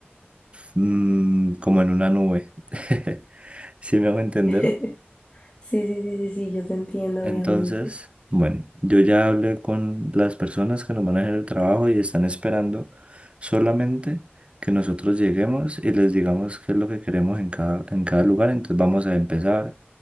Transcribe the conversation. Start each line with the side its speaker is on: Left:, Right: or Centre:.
Right: mm, como en una nube. <laughs> ¿Sí me hago entender?
Left: <laughs> Sí, sí, sí, sí, sí, yo te entiendo,
Right: Entonces,
Left: obviamente.
Right: bueno, yo ya hablé con las personas que nos manejan el trabajo y están esperando solamente que nosotros lleguemos y les digamos qué es lo que queremos en cada, en cada lugar. Entonces vamos a empezar